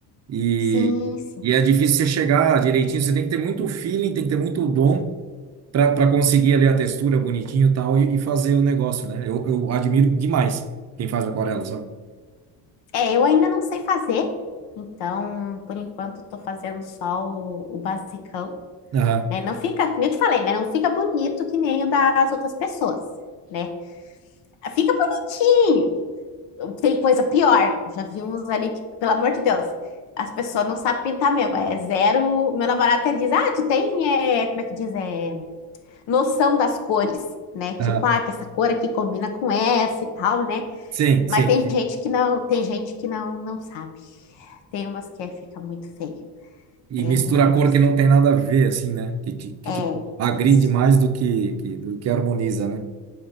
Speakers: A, on the right; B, on the left.
A: e,
B: Sim, sim.
A: e é difícil você chegar direitinho, você tem que ter muito feeling, tem que ter muito dom para conseguir ali a textura bonitinho e tal e, e fazer o negócio, né? Eu, eu admiro demais quem faz aquarela, sabe?
B: É, eu ainda não sei fazer. Então, por enquanto, estou fazendo só o, o basicão,
A: Aham,
B: né? Não fica, como eu te falei, né? Não fica bonito que nem o das outras pessoas, né? Fica bonitinho. Tem coisa pior. Já vi uns ali que, pelo amor de Deus, as pessoas não sabem pintar mesmo. É zero. Meu namorado até diz: Ah, tu tem, é, como é que diz? É, noção das cores, né? Tipo,
A: aham.
B: ah, que essa cor aqui combina com essa e tal, né?
A: Sim,
B: Mas
A: sim,
B: tem
A: sim.
B: gente que não, tem gente que não, não sabe. Tem umas que é, fica muito feio. É
A: E mistura
B: real
A: a
B: oficial.
A: cor que não tem nada a ver, assim, né? Que, que, que tipo,
B: É
A: agride
B: isso.
A: mais do que, que, do que harmoniza, né?